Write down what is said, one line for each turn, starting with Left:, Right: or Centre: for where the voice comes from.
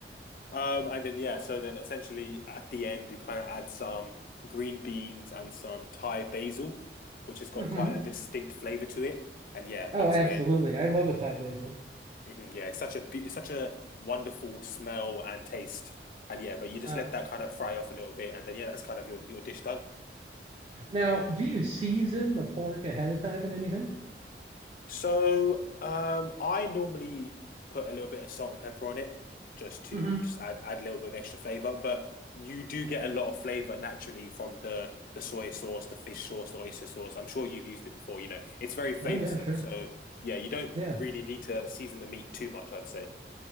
Left: Um, and then yeah, so then essentially at the end you kind of add some green beans and some Thai basil, which has got
Right: hmm
Left: quite a distinct flavor to it. And yeah,
Right: Oh,
Left: once
Right: absolutely.
Left: again,
Right: I love a Thai basil.
Left: mhm, yeah, it's such a be- it's such a wonderful smell and taste. And yeah, but you just
Right: Uh,
Left: let that kind of fry off a little bit, and then yeah, that's kind of your your dish done.
Right: now, do you season the pork ahead of time and anything?
Left: So um, I normally put a little bit of salt and pepper on it just to
Right: hmm
Left: just add add a little bit of extra flavor. But you do get a lot of flavor naturally from the the soy sauce, the fish sauce, the oyster sauce. I'm sure you've used it before. You know, it's very flavorsome.
Right: Oh yeah, sure.
Left: So yeah, you don't
Right: Yeah.
Left: really need to season the meat too much, I'd say.